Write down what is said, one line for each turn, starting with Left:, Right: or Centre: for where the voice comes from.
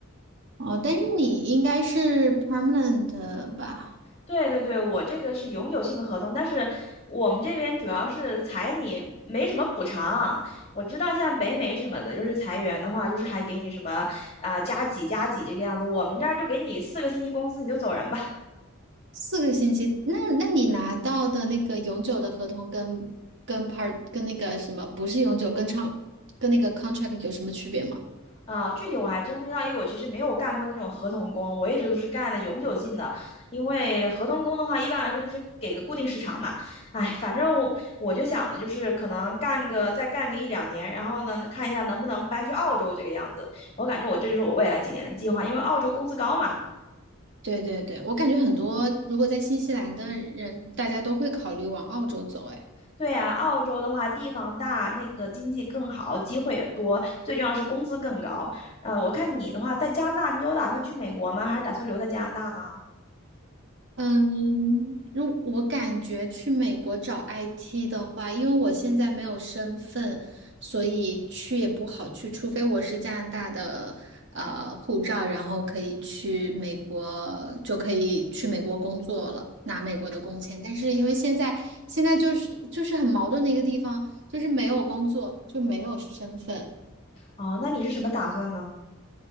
Right: 哦，但是你应该是 permanent 的吧？
Left: 对对对，我这个是永久性的合同，但是我们这边主要是裁你，没什么补偿。我知道像北美什么的，就是裁员的话，就是还给你什么啊、加几加几这个样子。我们这儿就给你四个星期工资，你就走人吧。
Right: 四个星期，那那你拿到的那个永久的合同跟跟 part 跟那个什么不是永久跟长跟那个 contract 有什么区别吗？
Left: 啊，具体我还真不知道，因为我其实没有干过那种合同工，我一直都是干的永久性的。因为合同工的话，一般来说就是给个固定时长嘛。哎，反正我我就想的就是可能干个再干个一两年，然后呢看一下能不能搬去澳洲这个样子。我感觉我这就是我未来几年的计划，因为澳洲工资高嘛。
Right: 对对对，我感觉很多如果在新西兰的人，大家都会考虑往澳洲走，哎。
Left: 对啊，澳洲的话地方大，那个经济更好，机会也多，最重要是工资更高。呃，我看你的话在加拿大，你有打算去美国吗？还是打算留在加拿大呢？
Right: 嗯，如我感觉去美国找 IT 的话，因为我现在没有身份，所以去也不好去，除非我是加拿大的呃护照，然后可以去美国，就可以去美国工作了，拿美国的工签。但是因为现在现在就是就是很矛盾的一个地方，就是没有工作就没有身份，
Left: 哦，那你是什么打算呢？